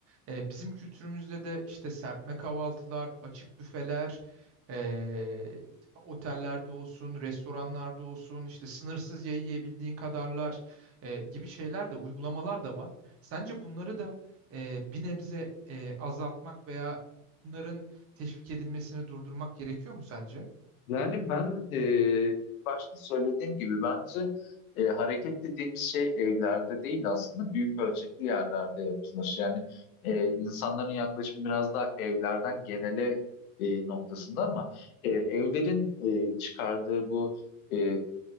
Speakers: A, on the right; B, on the left.
A: E, bizim kültürümüzde de işte serpme kahvaltılar, açık büfeler, e, otellerde olsun, restoranlarda olsun, işte sınırsız yiyebildiğin kadarlar e, gibi şeyler de uygulamalar da var. Sence bunları da e, bir nebze e, azaltmak veya bunların teşvik edilmesini durdurmak gerekiyor mu sence?
B: Yani ben e, başta söylediğim gibi bence e, hareket dediğimiz şey evlerde değil aslında büyük ölçekli yerlerde yapılır. Yani e, insanların yaklaşımı biraz daha evlerden genele e, noktasında ama e, evlerin e, çıkardığı bu e,